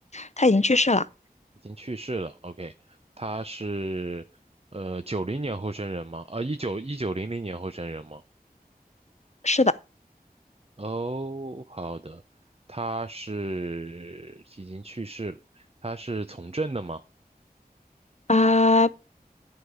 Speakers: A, on the left (about 45°); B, on the right (about 40°).
A: 他已经去世了，
B: 已经去世了。OK，他是，呃，九零年后生人吗？啊，一九一九零零年后生人吗？
A: 是的，
B: 哦，好的，他是已经去世了。他是从政的吗
A: 啊、